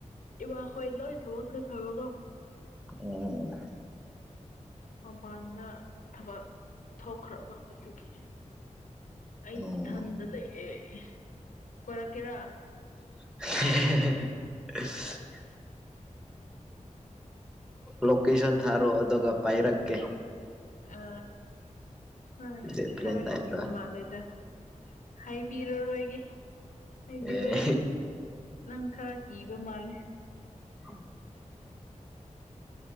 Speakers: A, on the left; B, in the centre.
A: ꯏꯕꯥꯈꯣꯏ ꯂꯣꯏ ꯊꯕꯛ ꯆꯠꯈ꯭ꯔꯕꯀꯣ
B: ꯎꯝ
A: ꯃꯄꯥꯟꯗ ꯊꯕꯛ ꯊꯣꯛꯧꯈ꯭ꯔꯕ ꯑꯗꯨꯒꯤ ꯑꯩ
B: ꯑꯣ
A: ꯏꯊꯟꯗ ꯂꯩꯌꯦꯦ ꯀꯣꯏꯔꯛꯀꯦꯔꯥ
B: <unintelligible> ꯂꯣꯀꯦꯁꯟ ꯊꯥꯔꯣ ꯑꯗꯨꯒ ꯄꯥꯏꯔꯛꯀꯦ
A: ꯑ ꯍꯣꯏ
B: ꯦ ꯄ꯭ꯂ
A: ꯈꯔ
B: ꯇ
A: ꯀꯤꯕ
B: ꯍꯥꯏꯠꯇ
A: ꯃꯥꯜꯂꯦꯗ ꯍꯥꯏꯕꯤꯔꯔꯣꯏꯒꯦ ꯍꯥꯏꯕꯤꯔꯣꯏꯒꯦ
B: ꯑꯦ
A: ꯅꯪ ꯈꯔ ꯀꯤꯕ ꯃꯥꯜꯂꯦ
B: <unintelligible>